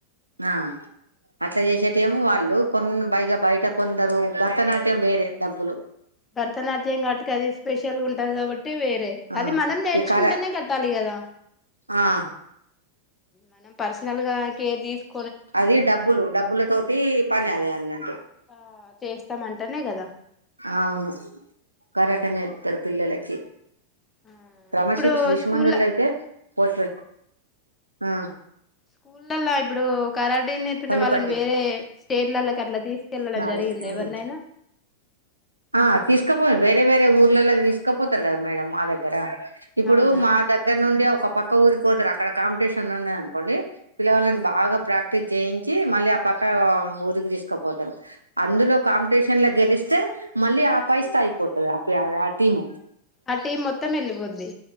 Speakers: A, on the right (about 85°); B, on the left (about 20°).
A: ఆ అట్లా చేసేట ఏమో వాళ్ డు కొన్ బైగా బయట కొందరు భరతనాట్యం బేరే డబ్బులు
B: భరతనాట్యం కాబట్టి కి అది స్పెషల్గా ఉంటది కాబట్టి వేరే
A: ఆ
B: అది మనం నేర్చుకుంటేనే
A: ఈ కర
B: కట్టాలి కదా
A: ఆ
B: మనం పర్సనల్ గా కేర్ తీసుకు
A: అది డబ్బులు డబ్బుల తోటి పని అదే అన్నట్టు
B: ఆ చేస్తామ అంటానే కదా
A: అవును కరాట నేర్పుతారు పిల్లకి
B: ఆ
A: క్రమశి
B: ఇప్పుడు
A: శిశుమందిర్లో
B: స్కూల్
A: అయితే పోట్ ఆ
B: స్కూళ్లల్లో ఇప్పుడు కరాటే నేర్పిన
A: పల్లిపట్టి
B: వాళ్ళని వేరే స్టేట్లలోకి అట్లా తీసుకెళ్ళడం
A: నాలుగు
B: జరిగింది
A: ఉమ్
B: ఎవరినైనా
A: ఆ తీసుకపోయి వేరే వేరే ఊర్లలో తీసుకపోతారు కదా మేడం మా దగ్గర ఇప్పుడు
B: అవునా
A: మా దగ్గర నుండి ఒక పక్క ఊరికి పోతారు. అక్కడ కాంపిటీషన్ ఉన్న అనుకోండి పిల్లవాళ్ళని
B: ఆ
A: బాగా ప్రాక్టీస్ చేయించి మళ్ళీ ఆ పక్క ఊరికి తీసుకుపోతారు. అందులో కాంపిటీషన్ లో గెలిస్ స్తే మళ్ళీ ఆ పై స్థాయిపోతది ఆ టీమ్
B: ఆ టీం మొత్తం వెళ్ళిపోద్ది